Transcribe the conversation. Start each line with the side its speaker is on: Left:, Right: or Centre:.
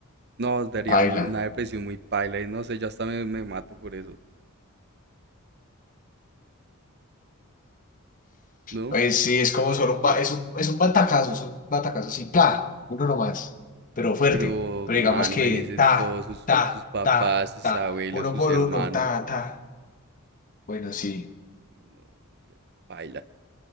Right: nos daría
Left: Baila.
Right: mu- una depresión muy paila. Y no sé, yo hasta me, me mato por eso, ¿no?
Left: Pues sí, es como solo un, ba- es un, es un batacazo, son batacazos sí ¡pla! Uno nomás, pero fuerte.
Right: Pero,
Left: Pero digamos
Right: man,
Left: que
Right: imagínese
Left: ta,
Right: todos sus,
Left: ta,
Right: sus papás,
Left: ta,
Right: sus
Left: ta.
Right: abuelos,
Left: Uno
Right: sus
Left: por
Right: hermanos.
Left: uno, ta, ta. Bueno, sí.
Right: No, re paila.